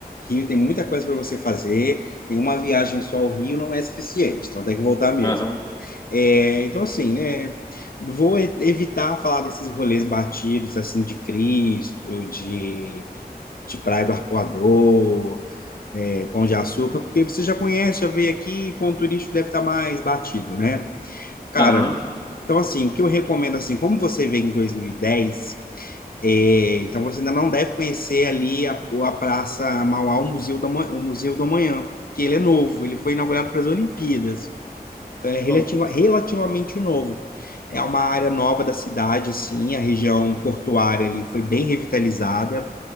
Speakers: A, on the left; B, on the left.
A: Rio tem muita coisa para você fazer. Em uma viagem só ao Rio não é suficiente, então tem que voltar mesmo.
B: Aham,
A: É, então, assim, né? Vou e- evitar falar desses rolês batidos, assim, de Cristo, de, de Praia do Arpoador, é, Pão de Açúcar, porque você já conhece, já veio aqui, ponto turístico deve estar mais batido, né? Cara,
B: aham.
A: Então, assim, o que eu recomendo, assim, como você veio em 2010, é, então você ainda não deve conhecer ali a, a Praça Mauá, o Museu do, Ama- o Museu do Amanhã, que ele é novo, ele foi inaugurado para as Olimpíadas. Então, ele é relativa,
B: Bom,
A: relativamente novo. É uma área nova da cidade, assim, a região portuária ali foi bem revitalizada.